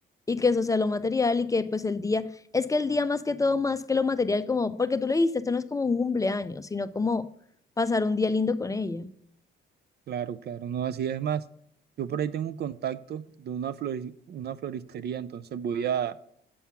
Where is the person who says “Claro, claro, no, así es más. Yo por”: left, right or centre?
Right